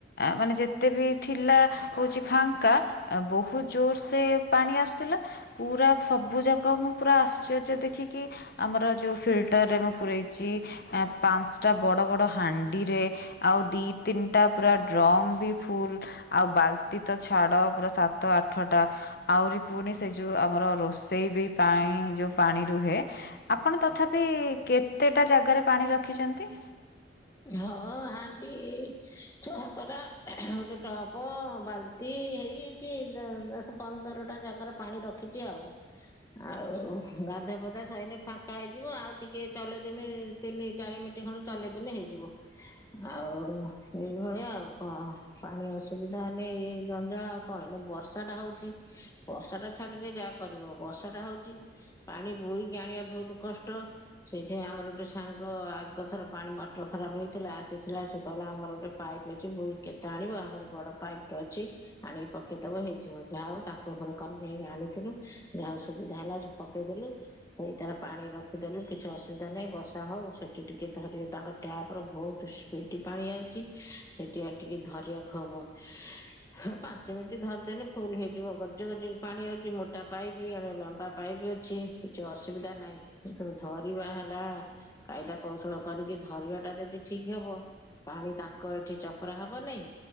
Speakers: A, on the left; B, on the left.
A: ମାନେ ଯେତେ ବି ଥିଲା ହଉଛି ଫାଙ୍କା। ବହୁତ ଜୋର ସେ ପାଣି ଆସୁଥିଲା। ପୁରା ସବ ସବୁଯାକ ମୁଁ ପୁରା ଆଶ୍ଚର୍ଯ୍ୟ ଦେଖିକି। ଆମର ଯୋଉ ଫିଲ୍ଟରରେ ମୁଁ ପୁରେଇଛି। ପାଞ୍ଚଟା ବଡ଼ ବଡ଼ ହାଣ୍ଡିରେ, ଆଉ ଦି ତିନିଟା ପୁରା ଡ୍ରମ୍ ବି ଫୁଲ୍ ଆଉ ବାଲତି ତ ଛାଡ ପୁରା ସାତ ଆଠ ଟା ଆହୁରି ଫୁଣି ସେ ଯେଉ ଆମର ରୋଷେଇ ବି ପାଇଁ ଯେଉ ପାଣି ରୁହେ, ଆପଣ ତଥାପି କେତେଟା ଜାଗାରେ ପାଣି ରଖିଛନ୍ତି?
B: ହଁ ହାଣ୍ଡି ଛ, ସାତଟା ଗୋଟେ ଟପ ବାଲ୍ଟି ଏ ହେଇଯାଇଛି, ଦଶ ପନ୍ଦରଟା ଜାଗାରେ ପାଣି ରଖିଛି ଆଉ। ଆଉ ଗାଧୁଆ ପାଦୁଆ ସାରିଲେ ଫାଙ୍କା ହେଇଯିବ। ଆଉ ଟିକେ ଚଲେଇ ଦେମି ତିନି ଚାରି ମିନିଟ ଖଣ୍ଡେ ଚଲେଇଦେଲେ ହେଇଯିବ। ଆଉ ଏଇଭଳିଆ ଆଉ କଣ, ପାଣି ଅସୁବିଧା ହେନେ ଏ ଦ ଣ୍ଡ ଆଉ କଣ। ଏଣେ ବର୍ଷା ଟା ହଉଛି। ବର୍ଷ ଟା ଛାଡିଲେ ଯାହା କରିବ। ବର୍ଷା ଟା ହଉଛି ପାଣି ବୋହିକି ଆଣିବା ବହୁତ କଷ୍ଟ। ସେଇଥିପାଇଁ ଆମର ଗୋଟେ ସାଙ୍ଗ ଆଗଥର ପାଣି ମ ପେଟ ଖରାପ ହେଇଥିଲା। ଆସିଥିଲା ସେ କହିଲା ଆମର ଗୋଟେ ପାଇପ୍ ଅଛି ବହିକି କେତେ ଆଣିବ? ଆମର ଗୋଟେ ବଡ ପାଇପ୍ ଟେ ଅଛି ଆଣିକି ପକେଇଦବ ହେଇଯିବ ଯାହା ହଉ ତାଙ୍କ ଘରୁ କାଲି ଯାଇକି ଆଣିଥିଲୁ ଯାହା ହେଉ ସୁବିଧା ହେଲା ପକେଇଦେଲୁ ସେଇ ଟାରେ ପାଣି ରଖିଦେଲୁ, କିଛି ଅସୁବିଧା ନାହିଁ। ବର୍ଷା ହଉ ସେଠି ଟିକେ ଧରିବେ ତାଙ୍କର ଟ୍ୟାପର ବହୁତ ସ୍ପିଡ ପାଣି ଆଉଛି, ସେଠି ଆଉ ଟିକେ ଧରିବାକୁ ହବ। ହଉ ପାଞ୍ଚ ମିନିଟ ଧରିଦେଲେ ଫୁଲ ହେଇଯିବ। ଗଜ ଗଜ କି ପାଣି ଆଉଛି, ମୋଟା ପାଇପ୍ ବି ଏଣେ ଲମ୍ବା ପାଇପ୍ କିଛି ଅସୁବିଧା ନାହିଁ। କିନ୍ତ ଧରିବା ହେଲା କାଇଦା କୌଶଳ କରିକି ଧରିବା ଟା ଯଦି ଠିକ୍ ହବ ପାଣି ତାଙ୍କ ଏଠି ଚପର ହବ ନାଇଁ।